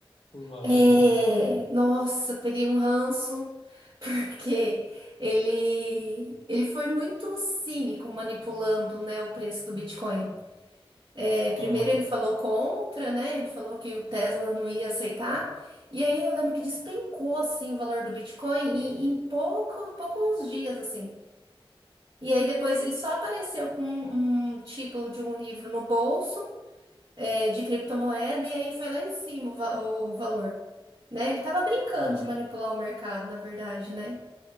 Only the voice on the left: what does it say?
com a
Dogecoin.
Aham,
aham.